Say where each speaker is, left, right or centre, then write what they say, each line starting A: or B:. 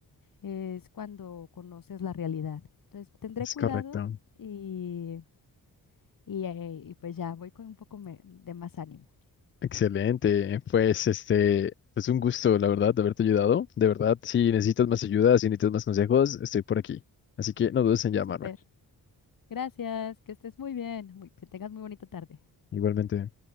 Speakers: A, on the left; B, on the left.
A: es cuando conoces la realidad. Entonces, tendré
B: Es
A: cuidado
B: correcto.
A: y, y, eh, y pues ya voy con un poco me- de más ánimo.
B: Excelente. Pues este, pues un gusto, la verdad, de haberte ayudado. De verdad, si necesitas más ayuda, si necesitas más consejos, estoy por aquí. Así que no dudes en llamarme.
A: Súper. Gracias, que estés muy bien, muy- que tengas muy bonita tarde.
B: Igualmente.